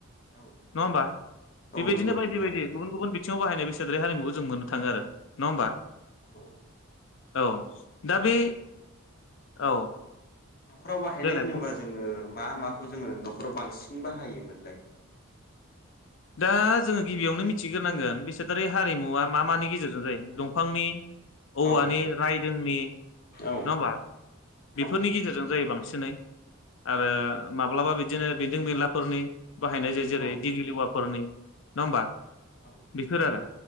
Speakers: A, on the left; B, on the left.
A: औ औ
B: नहबा
A: औ
B: बिबायदि
A: नंगौ
B: बिनो बायदि
A: नोंथां
B: बायदि गुबुन गुबुन बिथिंङाव बाहायनाय बेसादारि हारिमुखौ जों मोननो थाङो आरो नङा होमबा
A: औ औ
B: औ दा बे औ
A: न'खराव बाहायनाय
B: देलाय
A: होनोबा
B: बुं
A: जोङो मा माखौ जोङो न'खराव बांसिन <unintelligible> बाहायोमोनलाय
B: दा जोङो गिबियावनो मिथिग्रोनांगोन बिसादारि हारिमुवा मा मानि गेजेरजों जायो दंफांनि औवानि
A: औ
B: रायदोंनि
A: औ
B: नङा होमबा बेफोरनि
A: औ
B: गेजेरजों जायो बांसिन एसे ननाय <unintelligible> आरो माबा माब्लाबा बिदिनो बेन्दों बेनलाफोरनि बाहायनाय जायो जेरै
A: औ
B: फोरनि नङा होमबा
A: औ
B: बिसोर आरो